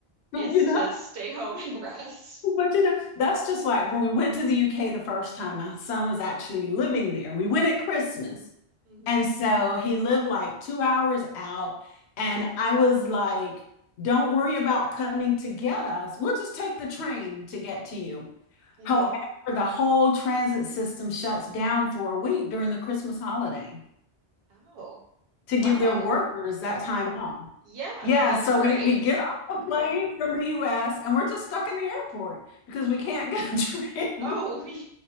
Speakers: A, on the right; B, on the left.
A: is
B: You know?
A: to stay home and <laughs> rest.
B: But you know, that's just like when we went to the UK the first time, my son was actually living there. We went at Christmas.
A: hmm hmm
B: And so he lived like two hours out. And I was like, don't worry about coming to get us. We'll just take the train to get to you.
A: hmm
B: However, the whole transit system shuts down for a week during the Christmas holiday
A: Oh,
B: to give
A: wow.
B: their workers that time off.
A: Yeah,
B: Yeah,
A: no, that's
B: so
A: great.
B: we we get off the plane from the US and we're just stuck in the airport because we can't <laughs> get a train.
A: Oh, <laughs>